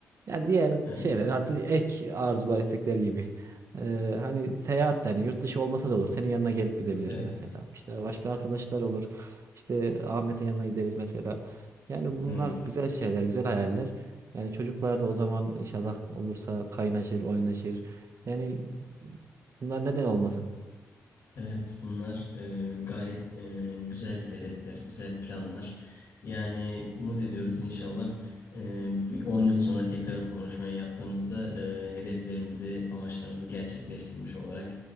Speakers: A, on the right; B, on the left.
A: Yani diğer
B: Evet.
A: şeyler artık ek arzular istekler gibi. E, hani seyahat de hani yurt dışı olmasa da olur. Senin yanına gelip gidebilirim
B: Evet.
A: mesela. İşte başka arkadaşlar olur. İşte Ahmet'in yanına gideriz mesela. Yani bunlar
B: Evet.
A: güzel şeyler, güzel hayaller. Yani çocuklar da o zaman inşallah olursa kaynaşır, oynaşır. Yani bunlar neden olmasın?
B: Evet, bunlar e, gayet e, güzel hedefler, güzel planlar. Yani umut ediyoruz inşallah e, bir 10 yıl sonra tekrar bu konuşmayı yaptığımızda e, hedeflerimizi, amaçlarımızı gerçekleştirmiş olarak